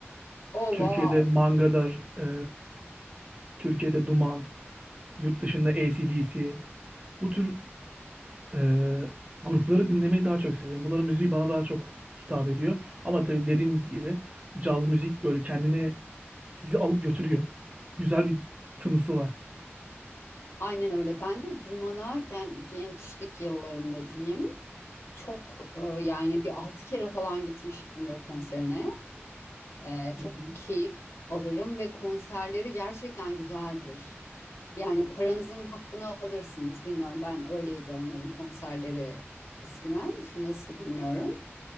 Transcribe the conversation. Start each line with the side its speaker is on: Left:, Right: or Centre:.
Left: Oh
Right: Türkiye'de
Left: wow.
Right: Mangadar, e, Türkiye'de Duman, yurt dışında AC/DC bu tür Ee, grupları dinlemeyi daha çok seviyorum. Bunların müziği bana daha çok hitap ediyor. Ama tabii dediğiniz gibi caz müzik böyle kendini sizi alıp götürüyor. Güzel bir tınısı var.
Left: Aynen öyle. Ben de Duman'a gen- gençlik yıllarımda diyeyim. Çok e, yani bir altı kere falan gitmişimdir konserine. E,
Right: Hı
Left: çok
Right: hı.
Left: keyif alırım ve konserleri gerçekten güzeldir. Yani paranızın hakkını alırsınız. Bilmiyorum ben öyleydi onların konserleri eskiden. Şimdi nasıl bilmiyorum.